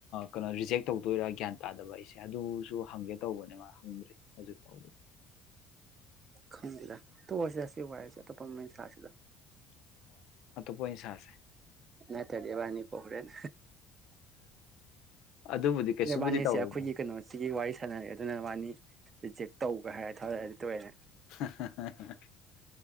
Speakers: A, on the left (about 60°); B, on the right (about 25°).
A: ꯀꯩꯅꯣ ꯔꯤꯖꯦꯛ ꯇꯧꯗꯣꯏꯔꯥ ꯒ꯭ꯌꯥꯟ ꯇꯥꯗꯕ ꯑꯩꯁꯦ ꯑꯗꯨꯁꯨ ꯍꯪꯒꯦ ꯇꯧꯕꯅꯦ ꯕ ꯍꯪꯗ꯭ꯔꯤ ꯍꯧꯖꯤꯛ ꯐꯥꯎꯗꯤ
B: ꯈꯪꯗ ꯗ ꯇꯣꯛ ꯑꯁꯦ ꯁꯤ ꯋꯔꯤꯁꯦ ꯑꯇꯣꯄꯥ ꯑꯃ ꯁꯥꯁꯦꯗꯥ
A: ꯑꯣꯏ ꯁꯥꯁꯦ
B: ꯅꯠꯇꯔꯥ ꯗꯤ ꯏꯕꯅꯤ ꯄꯔꯣꯕꯂꯦꯝ
A: ꯑꯗꯨꯕꯨꯗꯤ ꯀꯩꯁꯨꯕꯨꯗꯤ
B: ꯏꯕꯥꯅꯤꯁꯦ
A: ꯇꯧꯔꯣꯏꯗ
B: ꯑꯩꯈꯣꯏꯒꯤ ꯀꯩꯅꯣꯁꯤꯒꯤ ꯋꯥꯔꯤ ꯁꯥꯟꯅꯔꯦ ꯑꯗꯨꯅꯕꯥꯅꯤ ꯔꯤꯖꯦꯛ ꯇꯧꯒꯦ ꯍꯥꯏꯔ ꯊꯔꯦ ꯑꯗꯨ ꯇꯣꯏꯔꯅꯦ
A: <unintelligible>